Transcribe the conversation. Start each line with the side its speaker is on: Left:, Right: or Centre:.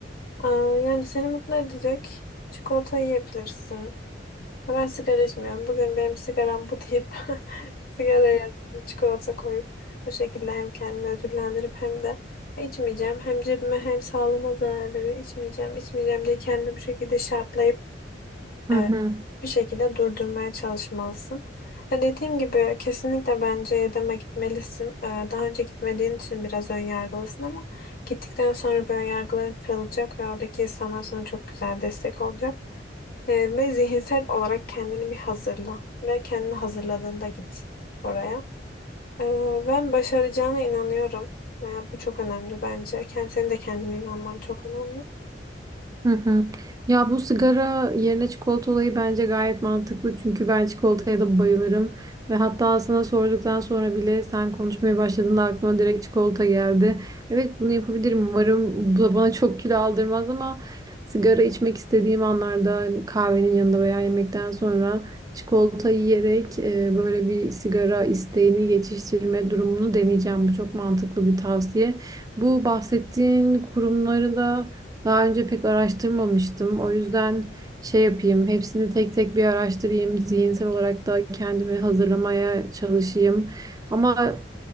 Left: Aa, yani seni mutlu edecek çikolata yiyebilirsin. Ya Ben sigara içmiyorum. Bugün benim sigaram bu deyip <laughs> sigaraya çikolata koyup o şekilde hem kendini ödüllendirip hem de içmeyeceğim. Hem cebime hem sağlığıma zarar veriyor. İçmeyeceğim, içmeyeceğim diye kendini bu şekilde şartlayıp
Right: Hı
Left: e,
Right: hı hı. hı.
Left: bir şekilde durdurmaya çalışmalısın. E, dediğim gibi kesinlikle bence Yedem'e gitmelisin. E, daha önce gitmediğin için biraz ön yargılısın ama gittikten sonra bu ön yargıların kırılacak ve oradaki insanlar sana çok güzel destek olacak. E, ve zihinsel olarak kendini bir hazırla ve kendini hazırladığında git oraya. E, ben başaracağına inanıyorum. Veya bu çok önemli bence. Kend- Senin de kendine inanman çok önemli.
Right: Hı hı. Ya bu sigara yerine çikolata olayı bence gayet mantıklı. Çünkü ben çikolataya da bayılırım. Ve hatta sana sorduktan sonra bile sen konuşmaya başladığında aklıma direkt çikolata geldi. Evet bunu yapabilirim. Umarım bu da bana çok kilo aldırmaz ama sigara içmek istediğim anlarda kahvenin yanında veya yemekten sonra çikolata yiyerek e, böyle bir sigara isteğini geçiştirme durumunu deneyeceğim. Bu çok mantıklı bir tavsiye. Bu bahsettiğin kurumları da daha önce pek araştırmamıştım. O yüzden şey yapayım, hepsini tek tek bir araştırayım. Zihinsel olarak da kendimi hazırlamaya çalışayım. Ama